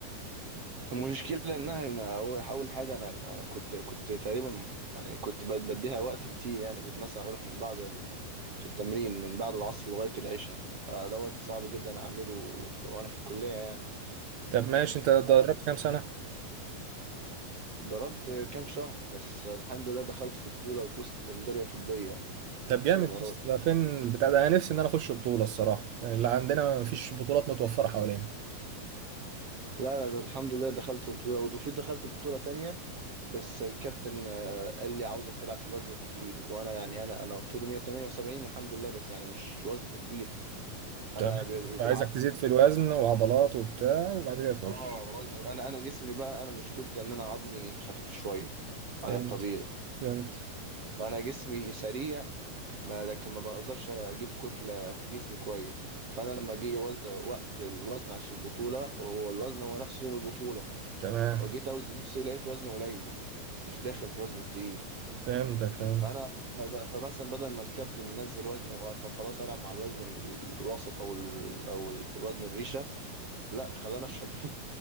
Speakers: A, on the right; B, on the right.
A: المشكله انها انا أول أول حاجه انا انا كنت كنت تقريبا يعني كنت بد- بديها وقت كتير يعني كنت مثلا اروح من بعد ال... في التمرين من بعد العصر لغايه العشاء فدوت صعب جدا اعمله في... وانا في الكليه يعني
B: طب ماشي انت دربت
A: صعب.
B: كام سنه
A: ضربت كام شهر بس الحمد لله دخلت في بطوله وفزت ميداليه فضيه
B: طب جامد
A: في الامارات
B: يا اسطى ده فين البتاع ده انا نفسي ان انا اخش بطوله الصراحه يعني اللي عندنا ما فيش بطولات متوفره حوالينا
A: لا لا ده الحمد لله دخلت بطولة وفي دخلت بطولة تانية بس الكابتن آه، قال لي عاوزك تلعب في الوزن التقيل وانا يعني انا انا طولي 178 الحمد لله بس يعني مش وزن تقيل انا
B: تمام
A: بي- بي- بالعافية
B: فعايزك تزيد في الوزن وعضلات وبتاع وبعد كده تخش
A: اه وزن انا انا جسمي بقى انا مشكلتي ان انا عظمي خفيف شوية عن
B: فهمت
A: الطبيعي
B: فهمت
A: فانا جسمي سريع ما لكن ما بقدرش اجيب كتلة في جسمي كويس فانا لما جه وز... وقت الوزن عشان البطولة هو الوزن هو نفس يوم البطولة
B: تمام
A: جيت اوزن نفسي لقيت وزني قليل مش داخل في وزن التقيل
B: فهمتك فهمت
A: فانا فب- فمثلا بدل ما الكابتن ينزل وزني و- طب خلاص العب مع الوزن الوسط او ال... او الوزن الريشه لا خلاني اشرب <laughs>